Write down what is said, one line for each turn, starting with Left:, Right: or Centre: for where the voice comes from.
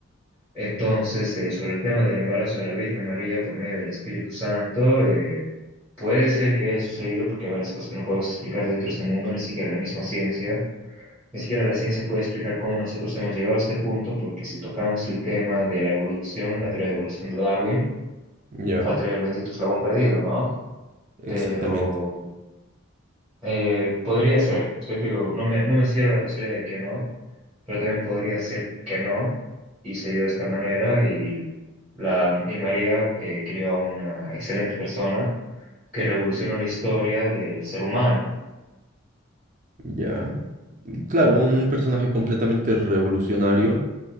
Centre: Entonces, eh, sobre el tema del embarazo de la Virgen María por medio del Espíritu Santo, eh, puede ser que haya sucedido porque hay varias cosas que no podemos explicar dentro de este mundo, ni siquiera la misma ciencia. Ni siquiera la ciencia puede explicar cómo nosotros hemos llegado a este punto, porque si tocamos el tema de la evolución, la teoría de evolución de Darwin,
Right: Ya,
Centre: faltaría el bendito eslabón perdido, ¿no?
Right: exactamente.
Centre: pero eh, podría ser. Estoy, te digo, no me, no me cierro la posibilidad de que no, pero también podría ser que no, y se dio de esta manera, y, la, y María eh, crió a una excelente persona que revolucionó la historia del ser humano.
Right: Ya. Mm, Claro, un personaje completamente revolucionario